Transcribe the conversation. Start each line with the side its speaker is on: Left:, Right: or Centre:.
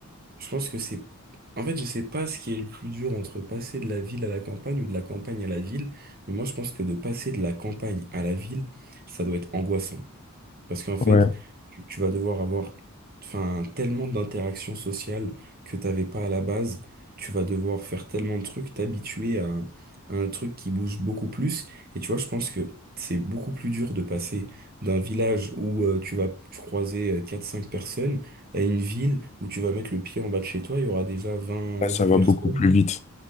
Right: Je pense que c'est. En fait, je sais pas ce qui est le plus dur entre passer de la ville à la campagne ou de la campagne à la ville, mais moi je pense que de passer de la campagne à la ville, ça doit être angoissant. Parce qu'en fait,
Left: Ouais.
Right: tu tu vas devoir avoir enfin, tellement d'interactions sociales que t'avais pas à la base. Tu vas devoir faire tellement de trucs, t'habituer à, un à un truc qui bouge beaucoup plus. Et tu vois, je pense que c'est beaucoup plus dur de passer d'un village où euh, tu vas croiser euh, quatre cinq personnes à une ville où tu vas mettre le pied en bas de chez toi, il y aura déjà vingt
Left: Là, ça
Right: vingt
Left: va
Right: personnes.
Left: beaucoup plus vite.